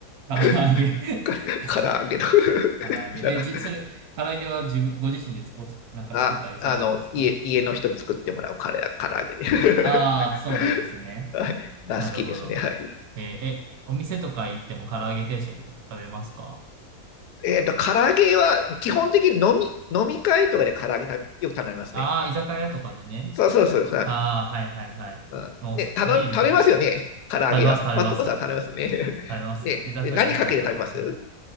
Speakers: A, on the right; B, on the left.
A: 唐揚げ
B: <laughs>
A: <laughs>
B: 唐揚げとか。
A: 唐揚げ。
B: <laughs> なんか、
A: え、じ、それ、唐揚げは自分、ご自身でつこつ、なんか作ったりされるんですか
B: あ、あの、家、家の人に作ってもらうから唐揚げで。
A: ああー、
B: <laughs>
A: そうなんですね。
B: はい。が好きですね。
A: なるほど。
B: はい。
A: えーえ、お店とか行っても唐揚げ定食とか食べますか
B: えっと、唐揚げは、基本的に飲み、飲み会とかで唐揚げ食べよく頼みますね。
A: ああー、居酒屋とかでね。
B: そうそうそう。う
A: ああ、はいはいはい。
B: うんね、
A: もうおそビールとかも
B: 頼、頼みますよね。唐揚げは。
A: 食べます、食べます。
B: 松岡さん頼みますよね。
A: 食
B: <laughs>
A: べます。
B: ね、
A: 居酒屋行ったら食べますね。
B: で何かけて食べます